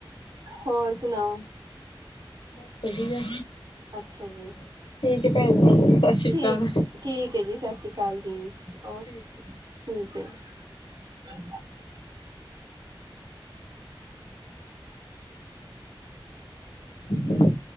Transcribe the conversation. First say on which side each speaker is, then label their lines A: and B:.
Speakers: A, on the right; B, on the left.
A: ਹੋਰ ਸੁਣਾਓ?
B: ਬਸ ਵਧੀਆ।
A: ਅੱਛਾ ਜੀ।
B: ਤੇ ਭੈਣ ਜੀ। ਸਤਿ ਸ਼੍ਰੀ
A: ਠੀਕ
B: ਅਕਾਲ
A: ਠੀਕ ਹੈ ਜੀ ਸਤਿ ਸ਼੍ਰੀ ਅਕਾਲ ਜੀ ਓਕੇ
B: ਠੀਕ
A: ਠੀਕ ਹੈ ਜੀ।
B: ਹੂੰ।